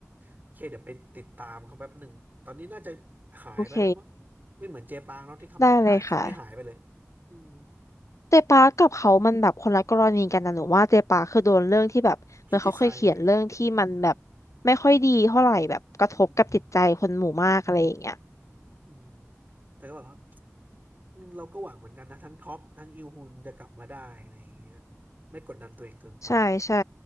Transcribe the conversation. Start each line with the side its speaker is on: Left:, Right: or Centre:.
Right: โอเคเดี๋ยวไปติดตามเขาแป๊บหนึ่งตอนนี้น่าจะหายไปแล้วมั้ง
Left: โอเค
Right: ไม่เหมือนเจปางเนาะที่คัมแบ็กได้เขานี่หายไปเลย
Left: ได้เลยค่ะ
Right: อืม
Left: เจปากับเขามันแบบคนละกรณีกันนะหนูว่าเจปาคือโดนเรื่องที่แบบเหมือนเขาเคยเขียนเรื่องที่มันแบบ
Right: อืมคิดทีไซส์อืม
Left: ไม่ค่อยดีเท่าไหร่แบบกระทบกับจิตใจคนหมู่มากอะไรอย่างเงี้ย
Right: อืมอืมแต่ก็แบบว่าอืมเราก็หวังเหมือนกันนะทั้งท็อปทั้งอิลฮุนจะกลับมาได้อะไรอย่างเงี้ยไม่กดดันตัวเองเกินไป
Left: ใช่ใช่